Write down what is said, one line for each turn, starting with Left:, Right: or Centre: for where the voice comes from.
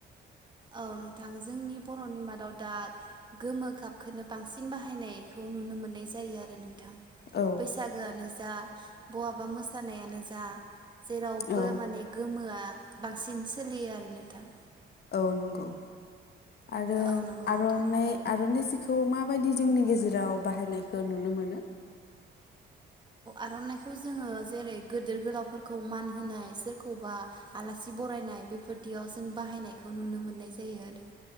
Right: औ नोंथां जोंनि बर'नि मादाव दा गोमो गाबखौनो बांसिन बाहायनायखौ नुनो मोननाय जायो आरो नों थां
Left: औ
Right: बैसागोआनो जा बहाबा मोसानायानो जा जेरावबो
Left: औ
Right: माने गोमोआ बांसिन सोलियो आरो नोंथां
Left: औ नंगौ आरो
Right: औ नंगौ
Left: आर'नाय
Right: नोंथां
Left: आर'नाय खौ माबायदि जोंनि गेजेराव बाहायनायखौ नुनो मोनो
Right: आर'नायखौ जोङो जेरै गिदिर गोलावफोरखौ मान होनाय सोरखौबा आलासि बरायनाय बेफोरदियाव जों बाहायनायखौ नुनो मोननाय जायो आरो